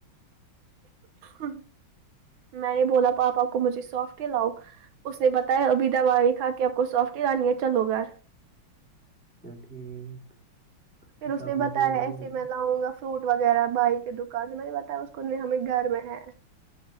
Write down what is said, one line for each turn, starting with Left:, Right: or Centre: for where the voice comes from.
Right: میں نے بولا پاپ آپ کو مجھے سونپ کے لاؤ اس نے بتایا ابھی دواائی کھا کے آپ کو سافٹرانی ہے چلو گھر
Centre: یہ ٹھیک
Right: پھر
Centre: اچھا
Right: اس
Centre: آپ
Right: نے بتایا
Centre: مجھے یہ بتاؤ
Right: ایسے میں لاؤں گا فروٹ وغیرہ بائی کی دکان جو میں نے بتایا اس کو نہیں ہمیں گھر میں ہے